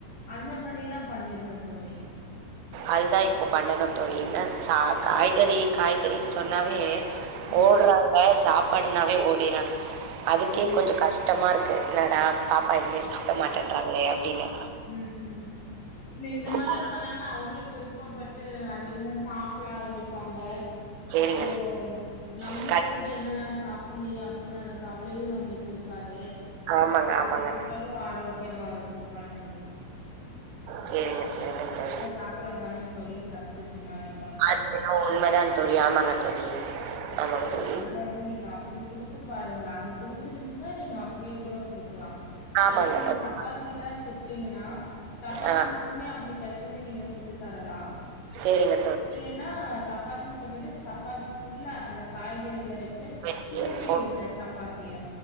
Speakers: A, on the left; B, on the right.
A: அந்த மாரில்லா பண்ணிருங்க தோழி
B: அதுதா இப்போ பண்ணணு தோழா ச காய்கறி காய்கறின்னு சொன்னாவே
A: ம்,
B: ஓட்றாங்க சாப்பாடுனாவே ஓடிறாங்க அதுக்கே
A: ம்,
B: கொஞ்சோ கஷ்ட ஷ்டமாக இருக்கு என்னடா பாப்பா எதுவுமே சாப்ட மாட்டேன்றாங்களே அப்டின்னு
A: உம் உம் இல்ல இந்த மாரிலா
B: போ
A: பண்ணாங்கன்னா அவுங்களு விருப்பப்பட்டு அதிகமா சாப்ட ஆரம்பிப்பாங்க
B: சரிங்க
A: அப்றொ
B: தோழி.
A: நம்பளுக்கு
B: கண்
A: வந்து என்னடா சாப்லயே அப்டிங்கிற அந்த கவலையு நம்பளுக் இருக்காது
B: ஆமாங்க, ஆமாங்க.
A: உங்களுக்கு உடலு ஆரோக்கியமா இருக்கு கொழந்தைங்
B: சரிங்க சரிங்க தோழி
A: சாப்றது தான தோழி சத்து பின்னாடி கொழந்தைங்களுக்கு
B: அது என்னவோ உண்மைதான் தோழி ஆமாங்க தோழி ஆமாங்க தோழி
A: அதனால வந்து நீங்க அப்டி குடுத்து பாருங்க அது புடிச்சிருந்துச்சுன்னா நீங்க அப்டியே கூட குடு க்கலா
B: ஆமாங்க.
A: அப்போ இந்த
B: அது
A: சப்பாத்தி லா சுட்டீங்கன்னா சப்பாத்தி
B: ஆ
A: மாவுமே அப்டி பெசைஞ்சு நீங்க சுட்டு தரலா
B: சேரிங்க தோழி
A: ன்னா சப்பாத்தி சுட்டுட்டு சப்பாத்திக்குள்ள அந்த காய்கறிகல வச்சு
B: வச்சு
A: சுருட்டிருங்க
B: ஃபோன்
A: சப்பாத்திய